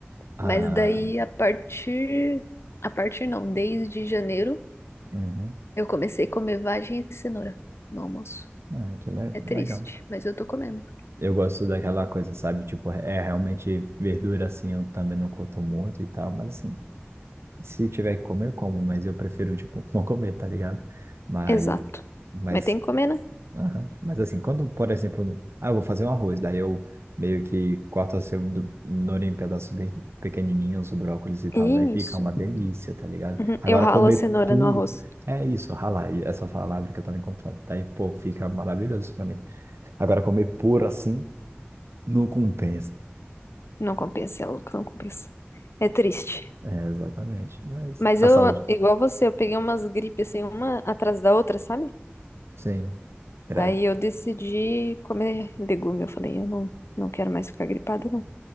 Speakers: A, on the right; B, on the left.
A: Ah,
B: Mas daí, a partir. A partir não, desde janeiro,
A: uhum.
B: eu comecei a comer vagem e cenoura no almoço.
A: É, que le-
B: É triste,
A: legal.
B: mas eu tô comendo.
A: Eu gosto daquela coisa, sabe? Tipo, é realmente verdura assim, eu também não curto muito e tal, mas assim, se tiver que comer, eu como, mas eu prefiro, tipo, <laughs> não comer, tá ligado? Mas,
B: Exato.
A: mas,
B: Mas tem que comer, né?
A: aham. Mas assim, quando, por exemplo, ah, eu vou fazer um arroz, daí eu meio que corto assim, o cenoura em pedaços bem pequenininhos, brócolis e tal,
B: Isso.
A: daí fica uma delícia, tá ligado?
B: Uhum.
A: Agora,
B: Eu ralo
A: comer
B: a cenoura
A: puro.
B: no arroz.
A: É isso, ralai, essa palavra que eu tô encontrando. Daí, pô, fica maravilhoso pra mim. Agora, comer puro assim, não compensa.
B: Não compensa, é louco, não compensa. É triste.
A: É, exatamente. Mas
B: Mas
A: a
B: eu,
A: saúde,
B: igual você, eu peguei umas gripes assim, uma atrás da outra, sabe?
A: sim, credo.
B: Daí eu decidi comer legume. Eu falei, eu não, não quero mais ficar gripada, não.